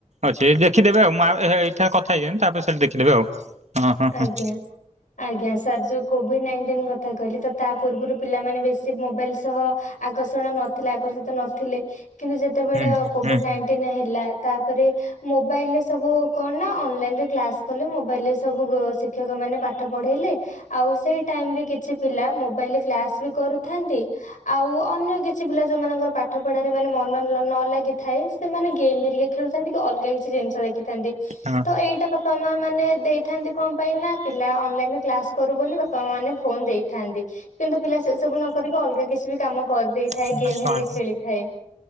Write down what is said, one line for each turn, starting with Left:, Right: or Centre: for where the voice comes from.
Right: ଅଛି। ଦେଖିଦେବେ ଆଉ <unintelligible> ଏଠାରେ କଥା ହେଇଛି। <unintelligible> ତାପରେ ସେଠି ଦେଖିଦେବେ ଆଉ ହଁ ହଁ ହଁ
Left: ଆଜ୍ଞା ଆଜ୍ଞା ସାର୍ ଯୋଉ କୋଭିଡ ନାଇଣ୍ଟିନ କଥା କହିଲି ତ ତା ପୂର୍ବରୁ ପିଲାମାନେ ବେଶୀ ସେ ମୋବାଇଲ ସହ ଆକର୍ଷଣ ନଥିଲେ ଆକର୍ଷିତ ନଥିଲେ? କିନ୍ତୁ ଯେତେବେଳେ
Right: ହଁ
Left: କୋଭିଡ ନାଇଣ୍ଟିନ ହେଲା? ତାପରେ ମୋବାଇଲରେ ସବୁ କଣ ନା? ଅନଲାଇନ ରେ କ୍ଲାସ କଲେ ମୋବାଇଲରେ ସବୁ ଶିକ୍ଷକମାନେ ପାଠ ପଢ଼ାଇଲେ। ଆଉ ସେଇ ଟାଇମରେ କିଛି ପିଲା ମୋବ ବାଇଲରେ କ୍ଲାସ୍ ବି କରୁଥାନ୍ତି। ଆଉ ଅନ୍ୟ କିଛି ପିଲା ଯୋଉମାନଙ୍କର ପାଠ ପଢାରେ ମାନେ ମନ ନ ଲା ଲାଗିଥାଏ? ସେମାନେ ଗେମ୍ ହେରିକି ଖେଳୁଥାନ୍ତି କି ଅଲଗା କିଛି ଜିନିଷ ଦେଖିଥାନ୍ତି।
Right: ହଁ
Left: ତ ଏଇଟା ବାପା ମା ମାନେ ଦେଇ କଣ ପାଇଁ ନାଁ ପିଲା ଅନଲାଇନରେ କ୍ଲାସ କରୁ ବୋଲି ବାପା ମା ମାନେ ଫୋନ ଦେଇଥାନ୍ତି। କିନ୍ତୁ, ପିଲା ସେ ସବୁ ନ କରିକି ଅଲଗା କିଛି ବି କାମ କରିଦେଇଥାଏ।
Right: ହଁ
Left: ଗେମ୍ ହେରିକା ଖେଳି ଥାଏ।